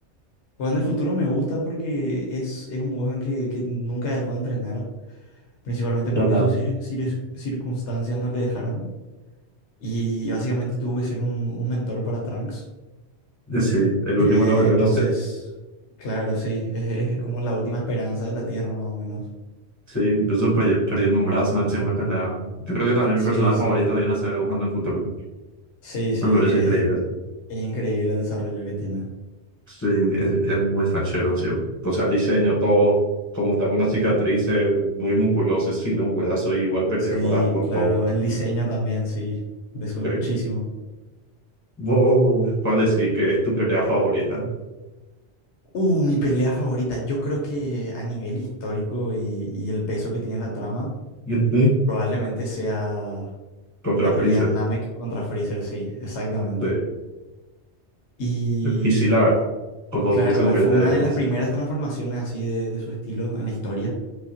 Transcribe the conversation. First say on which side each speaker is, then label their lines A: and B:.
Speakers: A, on the left (about 75°); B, on the left (about 15°).
A: Gohan del futuro me gusta porque es, es un Gohan que, que nunca dejó de entrenar, principalmente porque
B: ya está.
A: sus cir- cir- circunstancias no le dejaron. Y básicamente tuvo que ser un, un mentor para Trunks.
B: Sí, el
A: Eh,
B: último de los guerreros
A: entonces, claro, sí, es, es como la última esperanza de la Tierra, más o menos.
B: Sí, incluso per- perdiendo un brazo, él siempre peleaba. Yo creo que también
A: Sí,
B: mi personaje
A: sí.
B: favorito viene a ser Buscando el Futuro.
A: Sí, sí,
B: Me parece
A: es que
B: increíble.
A: es es increíble el desarrollo que tiene.
B: Sí, es, es muy fachero, sí. O sea, diseño, todo, como está con una cicatriz, eh, muy musculoso, sin un brazo, y igual pelea
A: Sí,
B: ah, con
A: claro,
B: todo.
A: el diseño también, sí, le sube
B: Sí.
A: muchísimo.
B: Wow, ¿cuál decir que es tu pelea favorita?
A: Uh, mi pelea favorita, yo creo que a nivel histórico y, y el peso que tiene la trama,
B: <laughs> Ujú.
A: probablemente sea
B: Contra
A: la
B: Freezer.
A: pelea Namek contra Freezer, sí, exactamente.
B: Sí.
A: Y
B: Y sí, la verdad, cuando
A: claro,
B: Goku se convierte
A: fue una
B: en...
A: de
B: pues,
A: las primeras transformaciones así de, de su estilo en la historia.